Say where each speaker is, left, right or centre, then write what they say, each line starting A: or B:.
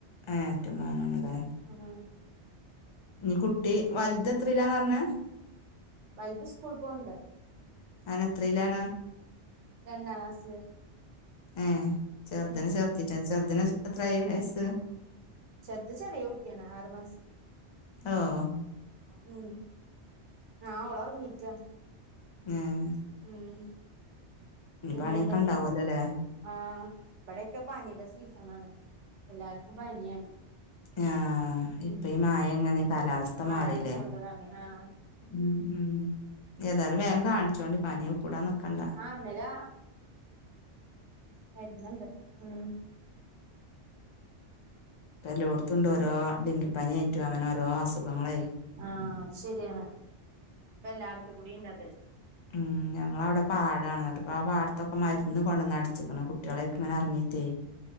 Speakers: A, on the left; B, on the right.
A: ഏഹ് ഒറ്റമോനാണ് ലെ
B: ആഹ്
A: ഞ് കുട്ടി വലുത് എത്രിലാന്ന് പറഞ്ഞെ
B: വലുത് സ്കൂൾ പോവ്ണ്ട്
A: നെ ത്രയിലാണ്
B: രണ്ടാക്ലാസിൽ
A: എഹ് ചെറുതിനെ ചേർത്തിട്ടേ ചെറുതിന് എത്രായി വയസ്സ്
B: ചെർത് ചെറിയ കുട്ടിആണ് ആറ് മാസം
A: ആഹ്
B: മം ആഹ് ഓളോറങ്ങീക്കാ
A: എഹ്
B: ഉം പിന്നെന്തൊക്കെ
A: പണിയൊക്കെ ഇണ്ടാവല്ലോല്ലേ
B: ആഹ് ഇബടെക്കെ പനിടെ സീസൺ ആണ് എല്ലാർക്കും പനിയാണ്.
A: ആഹ് ഇപ്പ
B: ഉം
A: ഈ മയ ഇങ്ങനെക്ക ലാവസ്ഥ
B: മഴ
A: മാറില്ലേ
B: അടച്ചോണ്ടതാണ് ആഹ്
A: മം ഏതായാലും വേം കാണിച്ചോണ്ട് പനി കൂടാന്ന്ക്കണ്ട
B: ആഹ് ഇന്നലെ മര്ന്ന്ണ്ട് മം
A: ഇപ്പോ എല്ലോടത്തുണ്ട് ഓരോ ഡെങ്കിപ്പനി ആയിട്ടും അങ്ങനെ ഓരോ അസുഖങ്ങളെയ്
B: ആഹ് അത് ശരിയാണ്. ഇപ്പ എല്ലാട്ത് കൂടിണ്ടത്
A: മം ഞങ്ങളവ്ടെ പാടാണ് ഇന്നട്ട്പ്പോ ആ പാടത്തൊക്കെ മര്ന്ന് കൊണ്ടന്ന്ടിച്ചിക്കണ് കു ളയ്ക്കിങ്ങനെ എറങ്ങീട്ടേയ്